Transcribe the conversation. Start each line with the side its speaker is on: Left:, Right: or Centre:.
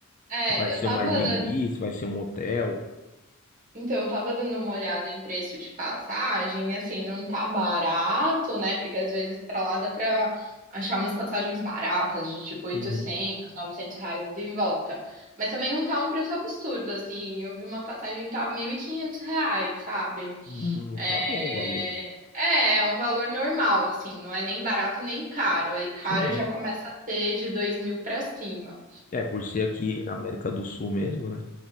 Right: É,
Left: Se vai ser
Right: eu tava
Left: um Airbnb, se vai ser um hotel.
Right: Então, eu tava dando uma olhada em preço de passagem, assim, não tá barato, né? Porque às vezes pra lá dá pra achar umas passagens baratas, de tipo 800,
Left: Uhum.
Right: 900 reais ida e de volta. Mas também não tá um preço absurdo, assim. Eu vi uma passagem que tava 1.500 reais, sabe?
Left: Hum,
Right: É...
Left: tá bom o valor.
Right: é, é um valor normal, assim, não é nem barato nem caro. Aí caro
Left: Sim.
Right: já começa a ser de 2.000 pra cima.
Left: É, por ser aqui na América do Sul mesmo, né?